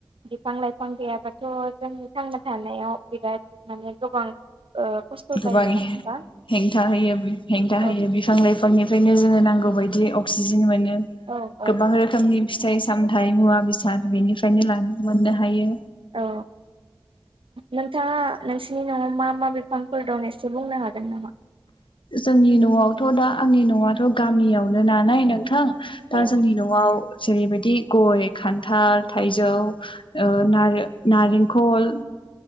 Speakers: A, on the right (about 80°); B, on the left (about 70°).
A: बिफां लाइफां गैयाबाथ' जोंनि थांना थानायाव बिराद माने गोबां ओ खस्थ'
B: गोबां
A: जायो नङा होमबा
B: हेंथा होयो हेंथा होयो
A: औ
B: बिफां लाइफांनिफ्रायनो जोङो नां नांगौ बायदि अक्सिजेन मोनो
A: औ औ
B: गोबां रोखोमनि फिथाइ सामथाइ मुवा बेसाद बेनिफ्रायनो ला मोननो हायो।
A: औ नोंथाङा नोंसिनि न'आव मा मा बिफांफोर दं एसे बुंनो हागोन नामा?
B: जोंनि न'आवथ' दा आंनि न'आथ' गामियावनो नालाय नोंथां
A: औ
B: दा सान्दि न'आव जेरै बायदि गय खान्थाल थाइजौ ओ नारें नारेंखल